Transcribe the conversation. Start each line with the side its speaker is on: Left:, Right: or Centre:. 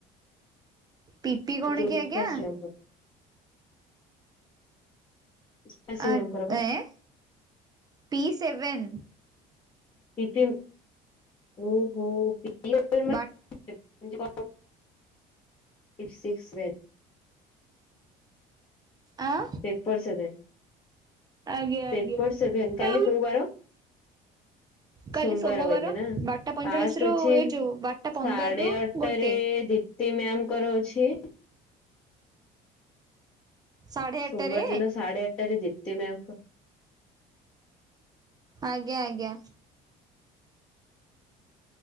Right: ପିପି
Left: ନିଜେ
Right: କଣ
Left: ପୁଷ୍ପାଶ୍ରୀ
Right: କି ଆଜ୍ଞା?
Left: ମ୍ୟାମଙ୍କର ପୁଷ୍ପାଶ୍ରୀ
Right: ଆ
Left: ମ୍ୟାମଙ୍କର
Right: ଟା
Left: ବା
Right: A P seven
Left: P T M ଓହୋ <unintelligible>
Right: ବାଟ
Left: ଏଇଟ୍ ସିକ୍ସ ଭେ <unintelligible>
Right: ଆଁ
Left: ପେପର୍ସ ଦେ।
Right: ଆଜ୍ଞା
Left: ପେପର
Right: ଆଜ୍ଞା
Left: ସେଭେନ୍। କାଲି
Right: ଆଉ
Left: କୋଉ ବାର?
Right: କାଲି
Left: ସୋମବାର ଗଲି ନା
Right: ବାରଟା ପଇଁଚାଳିଶ
Left: ଫାଷ୍ଟ
Right: ରୁ
Left: ଅଛି
Right: ଏଇ ଯୋଉ ବାରଟା ପନ୍ଦରରୁୁ
Left: ସାଢେ ଆଠଟା--ରେ
Right: ଗୋଟେ।
Left: ଦି ତି ମ୍ୟାମ୍ ଙ୍କର ଅଛି।
Right: ସାଢେ
Left: ସୋମବାର
Right: ଆଠଟାରେ
Left: ଦିନ ସାଢେ ଆଠଟାରେ ଦୀପ୍ତି ମ୍ୟାମ୍ ଙ୍କ
Right: ଆଜ୍ଞା! ଆଜ୍ଞା!